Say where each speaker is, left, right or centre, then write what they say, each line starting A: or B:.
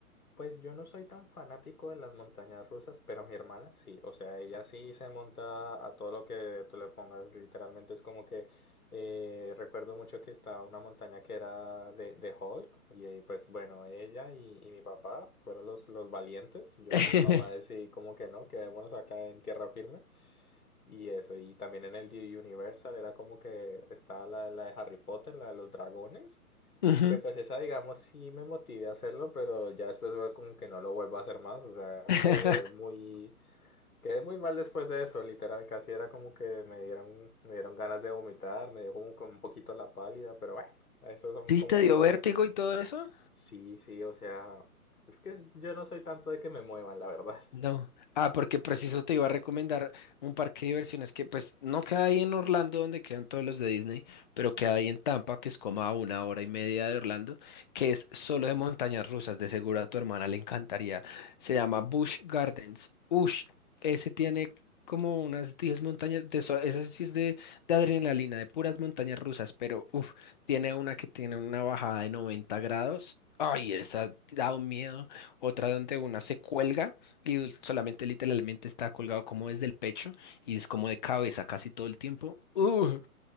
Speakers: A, on the left (about 70°); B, on the left (about 30°).
A: Pues yo no soy tan fanático de las montañas rusas, pero mi hermana sí, o sea, ella sí se monta a todo lo que tú le pongas, literalmente es como que eh, recuerdo mucho que estaba una montaña que era de, de Hulk y eh, pues bueno, ella y, y mi papá fueron los, los valientes, yo
B: <laughs>
A: con mi mamá decidí como que no, quedémonos acá en tierra firme y eso, y también en el de Universal era como que estaba la, la de Harry Potter, la de los dragones.
B: Ujú.
A: Que pues esa, digamos, sí me motivé a hacerlo, pero ya después fue como que no lo vuelvo a hacer más. O sea,
B: <laughs>
A: quedé muy, quedé muy mal después de eso. Literal, casi era como que me dieron, me dieron ganas de vomitar, me dio como que un poquito la pálida, pero bueno, eso son
B: ¿Sí
A: como
B: te dio
A: cosas.
B: vértigo y todo eso?
A: Sí, sí, o sea, es que yo no soy tanto de que me muevan, la verdad.
B: No. Ah, porque preciso te iba a recomendar un parque de diversiones que pues no queda ahí en Orlando donde quedan todos los de Disney, pero queda ahí en Tampa, que es como a una hora y media de Orlando, que es solo de montañas rusas, de seguro a tu hermana le encantaría. Se llama Busch Gardens. Ush, ese tiene como unas 10 montañas, de so- ese sí es de, de adrenalina, de puras montañas rusas, pero uff, tiene una que tiene una bajada de 90 grados. Ay, esa da un miedo. Otra donde una se cuelga. Y solamente literalmente está colgado como desde el pecho y es como de cabeza casi todo el tiempo. Uh,